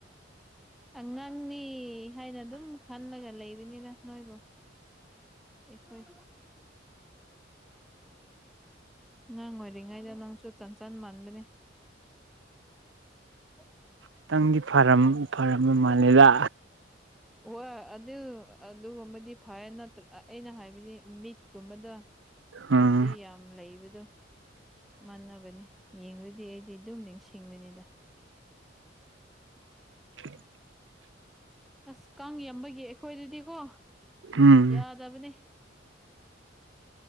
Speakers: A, in the centre; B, on the right.
A: ꯑꯉꯥꯡꯅꯤ ꯍꯥꯏꯅ ꯑꯗꯨꯝ ꯈꯜꯂꯒ ꯂꯩꯕꯅꯤꯅ ꯅꯣꯏꯕꯨ ꯑꯩꯈꯣꯏ ꯑꯉꯥꯡ ꯑꯣꯏꯔꯤꯉꯩꯗ ꯅꯪꯁꯨ ꯆꯟꯆꯥꯟ ꯃꯥꯟꯕꯅꯦ ꯍ
B: ꯈꯤꯇꯪꯗꯤ ꯐꯔꯝ ꯐꯔꯝꯃ ꯃꯥꯜꯂꯦꯗ
A: ꯍꯣꯏ ꯑꯗꯨ ꯑꯗꯨꯒꯨꯝꯕꯗꯤ ꯐꯔ ꯅꯠꯇ꯭ꯔ ꯑꯩꯅ ꯍꯥꯏꯕꯗꯤ ꯃꯤꯠꯀꯨꯝꯕꯗ
B: ꯎꯝ
A: ꯑꯁꯤ ꯌꯥꯝ ꯂꯩꯕꯗꯣ ꯃꯥꯟꯅꯕꯅꯤ ꯌꯦꯡꯗꯤ ꯑꯩꯗꯤ ꯑꯗꯨꯝ ꯅꯤꯡꯁꯤꯡꯕꯅꯤꯗ
B: <inaudible>
A: ꯑꯁ ꯀꯥꯡ ꯌꯥꯝꯕꯒꯤ ꯑꯩꯈꯣꯏꯗꯗꯤꯀꯣ
B: ꯎꯝ
A: ꯌꯥꯗ ꯑꯗꯨꯕꯅꯤ